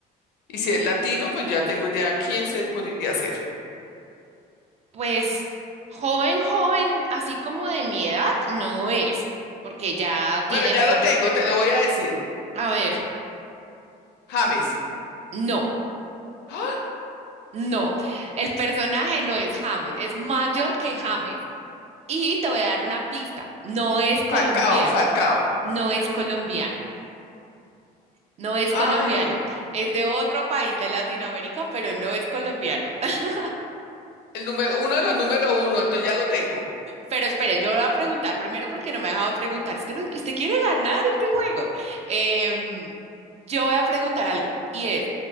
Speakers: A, on the left; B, on the right.
A: Y si es latino, pues ya tengo idea quién se podría ser.
B: pues joven, joven, así como de mi edad, no es, porque ya tiene
A: Bueno, ya
B: fama.
A: lo tengo, te lo voy a decir.
B: A ver,
A: James.
B: no,
A: ¡Ah!
B: no. El personaje no es James, es mayor que James. Y te voy a dar una pista, no es colombiano,
A: Falcao, Falcao.
B: no es colombiano. No es colombiano,
A: Ay,
B: es de otro país de Latinoamérica, pero no es colombiano. <laughs>
A: el número, uno de los número uno, entonces ya lo tengo.
B: Pero espere, yo voy a preguntar primero porque no me ha dejado preguntar. Usted, no- usted quiere ganar este juego. Em, yo voy a preguntar algo y es,